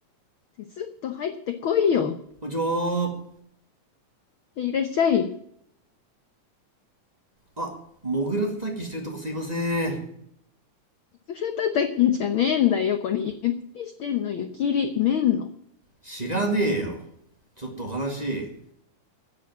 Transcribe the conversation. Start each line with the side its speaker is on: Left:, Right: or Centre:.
Left: てスッと入ってこいよ。
Right: んにちは
Left: いらっしゃい。
Right: あモグラ叩きしてるとこすいません
Left: いくら叩きじゃねえんだよ。これ、湯切りしてんの、湯切り、麺の。
Right: 知らねえよちょっとお話